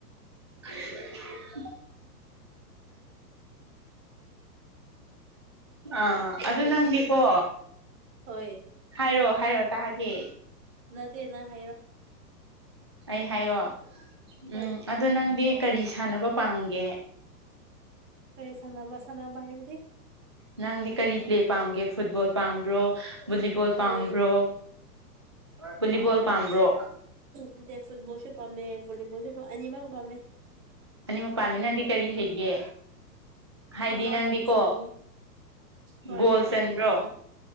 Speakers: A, on the right; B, on the right.
A: <inaudible> ꯑꯥ ꯑꯗꯨ
B: ꯑꯩꯗꯤ
A: ꯅꯪꯗꯤꯀꯣ
B: ꯍꯣꯏ
A: ꯍꯥꯏꯔꯣ ꯍꯥꯏꯔꯛꯑꯣ ꯇꯥꯒꯦ
B: ꯅꯠꯇꯦꯅ ꯍꯥꯏꯔꯣ
A: ꯑꯩ ꯍꯥꯏꯌꯣ
B: ꯍꯣꯏ
A: ꯎꯝ ꯑꯗꯣ ꯅꯪꯗꯤ ꯀꯔꯤ ꯁꯥꯟꯅꯕ ꯄꯥꯝꯒꯦ
B: ꯀꯔꯤ ꯁꯥꯟꯅꯕ ꯁꯥꯟꯅꯕ ꯍꯥꯏꯕꯗꯤ
A: ꯅꯪꯗꯤ ꯀꯔꯤ ꯄ꯭ꯂꯦ ꯄꯥꯝꯒꯦ ꯐꯨꯠꯕꯣꯜ ꯄꯥꯝꯕ꯭ꯔꯣ ꯚꯣꯂꯤꯕꯣꯜ
B: ꯍꯣꯏ
A: ꯄꯥꯝꯕ꯭ꯔꯣ ꯚꯣꯂꯤꯕꯣꯜ ꯄꯥꯝꯕ꯭ꯔꯣ
B: ꯅꯇꯦ ꯐꯨꯠꯕꯣꯜꯁꯨ ꯄꯥꯝꯃꯦ ꯕꯣꯂꯤꯕꯣꯜꯖꯨ ꯄ ꯑꯅꯤ ꯃꯛ ꯄꯥꯝꯃꯦ
A: ꯑꯅꯤ ꯃꯛ ꯄꯥꯝꯃꯦ ꯅꯪꯗꯤ ꯀꯔꯤ ꯍꯩꯒꯦ
B: ꯑꯩꯗꯤꯀꯣ
A: ꯍꯥꯏꯗꯤ ꯅꯪꯗꯤꯀꯣ
B: ꯐꯨꯠꯕꯣꯜ ꯍꯣꯏ
A: ꯒꯣꯜ ꯆꯟꯕ꯭ꯔꯣ